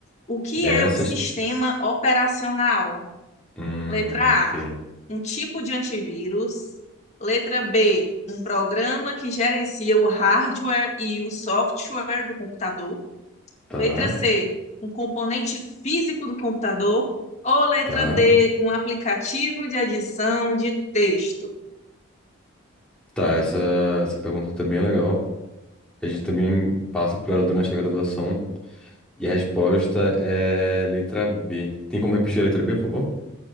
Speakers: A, on the left (about 35°); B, in the centre.
A: O que
B: Essas.
A: é um sistema operacional?
B: Hum,
A: Letra
B: ok.
A: A, um tipo de antivírus. Letra B, um programa que gerencia o hardware e o software do computador.
B: Tá,
A: Letra C, um componente físico do computador. Ou letra
B: tá.
A: D, um aplicativo de adição de texto.
B: Tá, essa, essa pergunta também é legal. A gente também passa por ela durante a graduação. E a resposta é letra B. Tem como repetir a letra B, por favor?